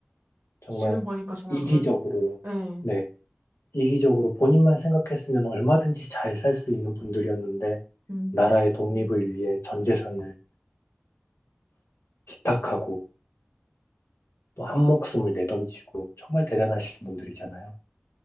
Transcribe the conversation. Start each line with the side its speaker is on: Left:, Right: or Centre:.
Left: 정말
Right: 지금 보니까 정말
Left: 이기적으로,
Right: 그런, 네.
Left: 네, 이기적으로 본인만 생각했으면 얼마든지 잘 살 수 있는 분들이었는데,
Right: 음,
Left: 나라의 독립을 위해 전 재산을 기탁하고, 또 한 목숨을 내던지고, 정말 대단하신 분들이잖아요.